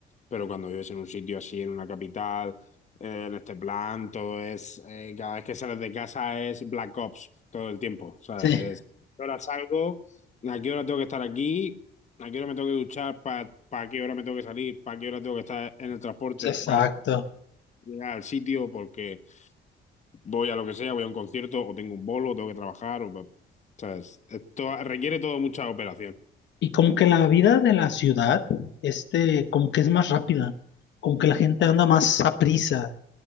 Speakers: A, on the left; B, on the left.
A: Pero cuando vives en un sitio así, en una capital, eh, en este plan, todo es, eh, cada vez que sales de casa es Black Ops todo el tiempo, ¿sabes?
B: sí,
A: Es, ¿a qué hora salgo? ¿A qué hora tengo que estar aquí? ¿A qué hora me tengo que duchar? ¿Para qué hora me tengo que salir? ¿Para qué hora tengo que estar en el transporte?
B: exacto.
A: ¿Para llegar al sitio porque voy a lo que sea, voy a un concierto o tengo un bolo, tengo que trabajar. O, ¿sabes? Esto requiere todo mucha operación.
B: Y como que la vida de la ciudad, este, como que es más rápida, como que la gente anda más a prisa.